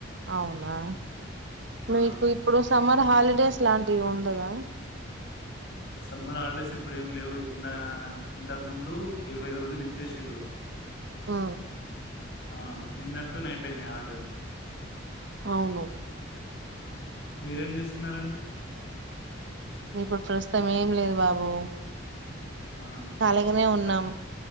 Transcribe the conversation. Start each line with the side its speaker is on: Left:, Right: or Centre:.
Right: అవునా
Left: ఆ!
Right: మీకు ఇప్పుడు సమ్మర్ హాలిడేస్ లాంటివి ఉండదా <inaudible>
Left: సమ్మర్ హాలిడేస్ ఇప్పుడుేం లేవు ఇంద ఇంతకు ముందు ఇరవై రోజులు ఇచ్చేసిర్రు
Right: ఆ
Left: ఆ నిన్న తోనే ఐపోనైయి హళ్
Right: అవును
Left: మీరేం చేస్తున్నారు అండి
Right: ఇప్పుడు ప్రస్తుతం ఏం లేదు బాబు
Left: ఆ!
Right: కాలీగానే ఉన్నాం
Left: రై